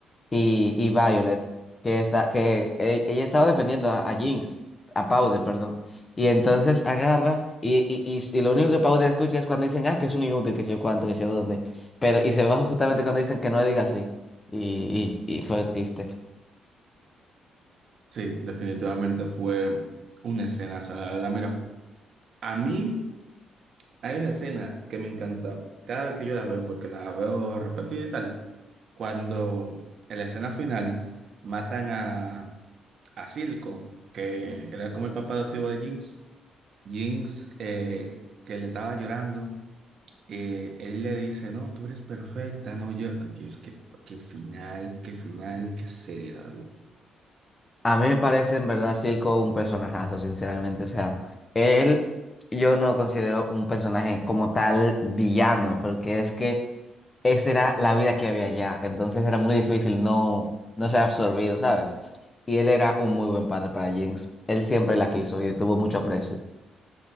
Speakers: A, on the left (about 25°); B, on the right (about 55°).
A: y, y Violet, que está, que e- ella estaba defendiendo a, a Jinx, a Powder, perdón. Y entonces agarra y, y, y, y lo único que Powder escucha es cuando dicen, ah, que es un inútil, que sé yo cuánto, que sé yo dónde. Pero, y se baja justamente cuando dicen que no le diga así. Y, y, y fue triste.
B: Sí, definitivamente fue una escena. O sea, la verdad, mira, a mí. Hay una escena que me encanta cada vez que yo la veo, porque la veo repetida y tal. Cuando en la escena final matan a, a Silco, que era como el papá adoptivo de Jinx. Jinx, eh, que le estaba llorando, eh, él le dice, no, tú eres perfecta, no llores. Dios, qué, qué final, qué final, qué serie, la verdad.
A: A mí me parece en verdad Silco un personajazo, sinceramente. O sea, él yo no lo considero un personaje como tal villano, porque es que esa era la vida que había allá. Entonces era muy difícil no, no ser absorbido, ¿sabes? Y él era un muy buen padre para Jinx. Él siempre la quiso y le tuvo mucho aprecio.